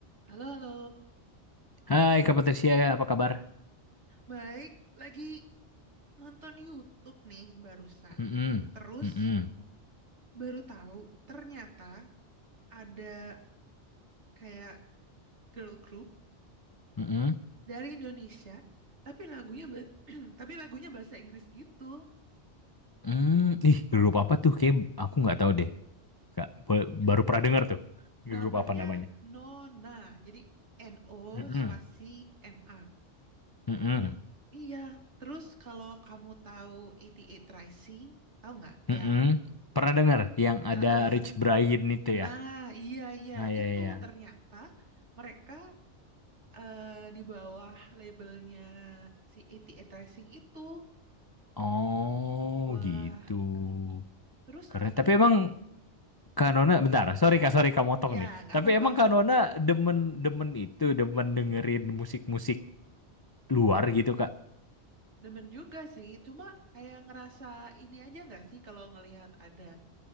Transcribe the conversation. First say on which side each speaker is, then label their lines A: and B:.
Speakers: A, on the right; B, on the left.
A: Halo, halo.
B: Hai Kak Patricia, apa kabar?
A: Baik, lagi nonton YouTube nih barusan.
B: Mm-mm.
A: Terus
B: Mm-mm.
A: baru tahu ternyata ada kayak girl group
B: Mm-mm.
A: dari Indonesia, tapi lagunya ba- <clears throat> tapi lagunya bahasa Inggris gitu.
B: Mm. Ih, grup apa tuh? Kayak aku nggak tahu deh. Kak, Bo-
A: <clears throat>
B: baru pernah dengar tuh.
A: Namanya
B: Grup apa namanya?
A: Nona. Jadi N O
B: Mm-mm.
A: spasi N A.
B: Mm-mm.
A: Iya, terus kalau kamu tahu 88 Rising, tahu nggak
B: Mm-mm.
A: yang
B: Pernah dengar yang ada
A: eh, eh, eh,
B: Rich Brian itu
A: Nah,
B: ya?
A: iya iya
B: Nah, ya,
A: itu
B: ya.
A: ternyata mereka eh, di bawah labelnya si ATA Tracing itu.
B: Oh,
A: Wah,
B: gitu.
A: terus
B: Keren.
A: anggot
B: Tapi emang Kak Nona, bentar. Sorry Kak, sorry Kak motong
A: ya
B: nih.
A: nggak
B: Tapi
A: apa-apa
B: emang
A: nggak
B: Kak
A: apa-apa.
B: Nona demen demen itu, demen dengerin musik-musik luar gitu Kak.
A: Demen juga sih, cuma kayak ngerasa ini aja nggak sih kalau ngelihat ada